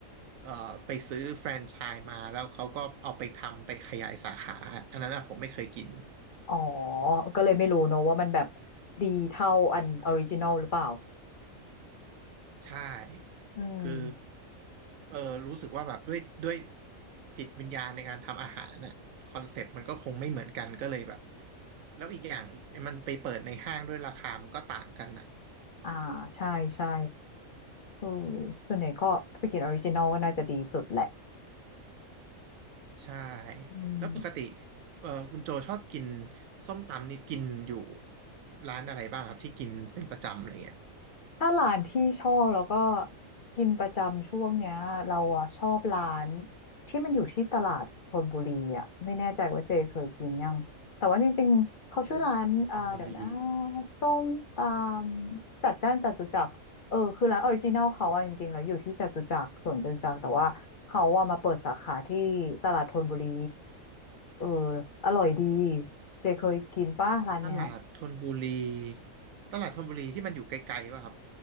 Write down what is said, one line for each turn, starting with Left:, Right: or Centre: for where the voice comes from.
Right: เอ่อไปซื้อแฟรนไชส์มาแล้วเขาก็เอาไปทำไปขยายสาขาอันนั้นอะผมไม่เคยกิน
Left: อ๋อก็เลยไม่รู้เนอะว่ามันแบบดีเท่าอันออริจินอลหรือเปล่า
Right: ใช่
Left: อืม
Right: คือเออรู้สึกว่าแบบด้วยด้วยจิตวิญญาณในการทำอาหารน่ะคอนเซปต์มันก็คงไม่เหมือนกันก็เลยแบบแล้วอีกอย่างอีกมันไปเปิดในห้างด้วยราคามันก็ต่างกันนะ
Left: อ่าใช่ใช่เออส่วนใหญ่ก็ไปกินออริจินอลก็น่าจะดีสุดแหละ
Right: ใช่
Left: อืม
Right: แล้วปกติเอ่อคุณโจชอบกินส้มตำนี่กินอยู่ร้านอะไรบ้างครับที่กินเป็นประจำอะไรเงี้ย
Left: ถ้าร้านที่ชอบแล้วก็กินประจำช่วงเนี้ยเราอ่ะชอบร้านที่มันอยู่ที่ตลาดธนบุรีอ่ะไม่แน่ใจว่าเจเคยกินยังแต่ว่าจริงๆเขาชื่อร้านอ่าเดี๋ยวนะ
Right: ตลาดธนบุรี
Left: ส้มตำจัดจ้านจตุจักรเออคือร้านออริจินัลเขาอ่ะจริงๆแล้วอยู่ที่จตุจักรสวนจตุจักรแต่ว่าเขาอ่ะมาเปิดสาขาที่ตลาดธนบุรีเอออร่อยดีเจเคยกินป้ะร้านเนี้ย
Right: ตลาดธนบุรีตลาดธนบุรีที่มันอยู่ไกลๆป่ะครับ